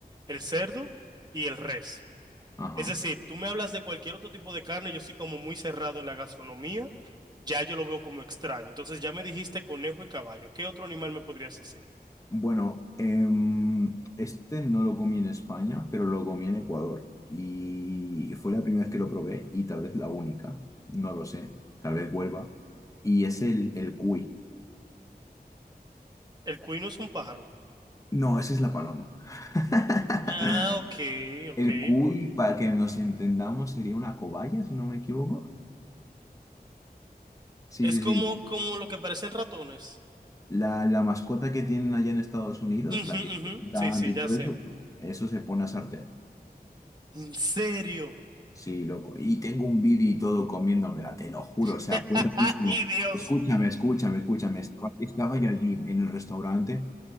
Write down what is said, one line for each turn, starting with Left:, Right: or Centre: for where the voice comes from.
Right: el cerdo y el res.
Left: Ajá.
Right: Es decir, tú me hablas de cualquier otro tipo de carne, yo soy como muy cerrado en la gastronomía, ya yo lo veo como extraño. Entonces ya me dijiste conejo y caballo. ¿Qué otro animal me podrías decir?
Left: Bueno, em, este no lo comí en España, pero lo comí en Ecuador. Y fue la primera vez que lo probé y tal vez la única, no lo sé, tal vez vuelva. Y es el, el cuy.
Right: El cuino es un pájaro.
Left: No, esa es la paloma. <laughs>
Right: Ah, ok, ok.
Left: El cuy, para que nos entendamos, sería una cobaya, si no me equivoco. Sí,
Right: Es
Left: sí,
Right: como,
Left: sí.
Right: como lo que parecen ratones.
Left: La, la mascota que tienen allá en Estados Unidos,
Right: Ujú,
Left: la que
Right: ujú. Sí,
Left: tanto
Right: sí,
Left: y
Right: ya
Left: todo
Right: sé.
Left: eso, pues, eso se pone a sartén.
Right: ¿En serio?
Left: Sí, loco. Y tengo un vídeo y todo comiéndomela, te lo juro.
Right: <laughs>
Left: O sea, fue rarísimo.
Right: ¡Ay, Dios!
Left: Escúchame, escúchame, escúchame. Estaba, estaba yo allí en el restaurante